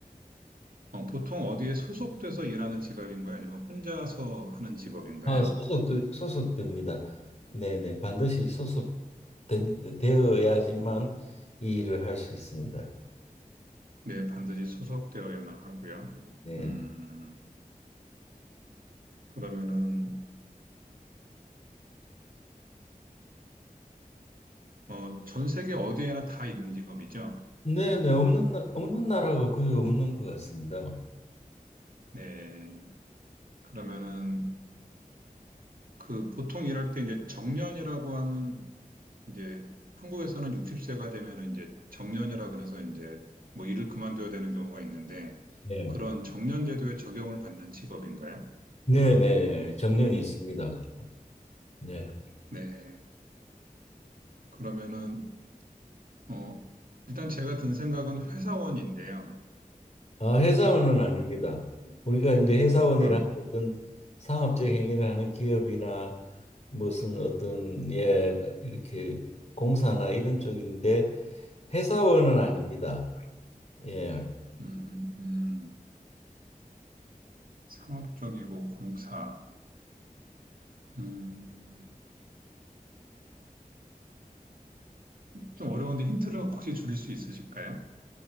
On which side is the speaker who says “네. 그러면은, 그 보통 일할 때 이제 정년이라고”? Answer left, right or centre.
Right